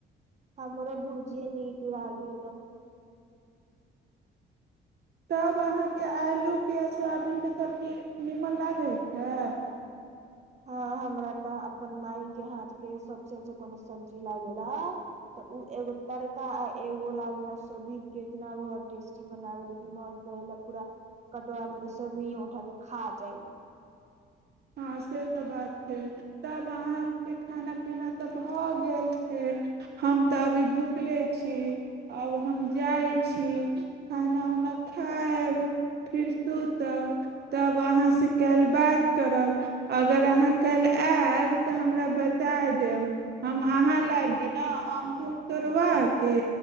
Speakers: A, on the right; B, on the right.
A: हमरो भुजिये नीक लागे
B: तब अहाँके आलूके साबुनके सब्जी नीमन लागैत छै
A: हँ हमरा तऽ अपन मााय के हाथ के सबच जे कोनो सब्जी ज ल ग तऽ उ एगो तड़का आ एगो ल सोबीर के इतना बत टेस्टी बनावे ले क मन करे ल पूरा कटोरा मे के सब उठा के खा जाय
B: हँ से तऽ बात तब अहाँके खाना पीना तऽ भऽ गेल छै हम तऽ अभी भुखले छी आब हम जाइत छी खाना उना खायब फरस तब त अहाँ से कएल बात क करब अगर अहाँ काल्हि आएब तऽ हमरा बता देब हम अहाँ लागिी ने आमधूप तोड़बाके